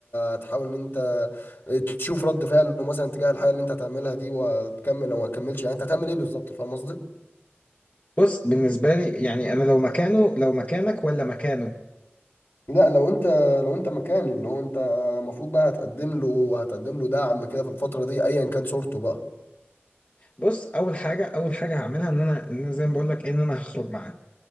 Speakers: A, on the left; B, on the left.
A: هتحاول ان انت تشوف رد فعله مثلا تجاه الحاجه اللي انت هتعملها دي وتكمل او ما تكملش يعني انت هتعمل ايه بالظبط فاهم قصدي
B: بص بالنسبة لي يعني أنا لو مكانه لو مكانك ولا مكانه
A: لا لو انت لو انت مكاني اللي هو انت المفروض بقى هتقدم له وهتقدم له دعم كده في الفترة دي ايا كان صورته بقى
B: بص اول حاجه اول حاجه هعملها ان انا ان انا زي ما بقول لك إيه، ان انا هخرج معاه